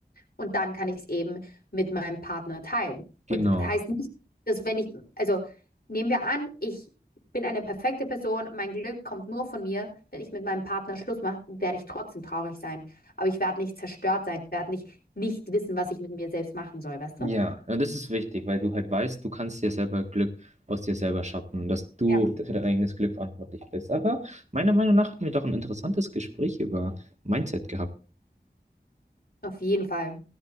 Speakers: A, on the left (about 60°); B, on the right (about 40°).
A: Und dann kann ich es eben mit meinem Partner teilen. Und
B: genau.
A: das heißt nicht, dass wenn ich, also nehmen wir an, ich bin eine perfekte Person, mein Glück kommt nur von mir. Wenn ich mit meinem Partner Schluss mache, werde ich trotzdem traurig sein. Aber ich werde nicht zerstört sein, ich werde nicht, nicht wissen, was ich mit mir selbst machen soll, weißt du?
B: Ja, und das ist wichtig, weil du halt weißt, du kannst dir selber Glück aus dir selber schaffen, dass du
A: Ja.
B: für dein eigenes Glück verantwortlich bist. Aber meiner Meinung nach hatten wir doch ein interessantes Gespräch über Mindset gehabt.
A: Auf jeden Fall.